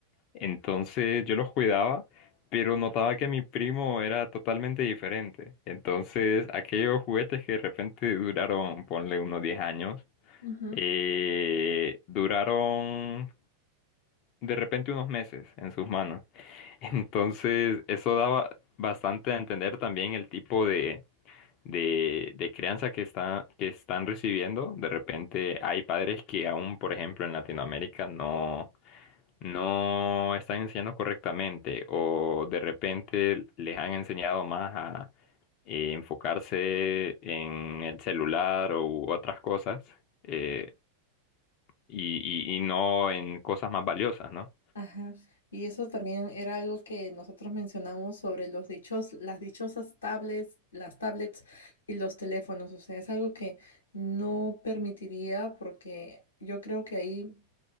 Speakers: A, on the left (about 40°); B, on the left (about 70°).
A: Entonces yo los cuidaba, pero notaba que mi primo era totalmente diferente. Entonces aquellos juguetes que de repente duraron, ponle unos 10 años,
B: ujú.
A: eh, duraron de repente unos meses en sus manos. Entonces, eso daba bastante a entender también el tipo de, de, de crianza que está, que están recibiendo. De repente hay padres que aún, por ejemplo, en Latinoamérica no, no están enseñando correctamente o de repente les han enseñado más a eh, enfocarse en el celular u otras cosas eh, y, y, y no en cosas más valiosas, ¿no?
B: Ajá. Y eso también era algo que nosotros mencionamos sobre los dichos, las dichosas tablets, las tablets y los teléfonos. O sea, es algo que no permitiría porque yo creo que ahí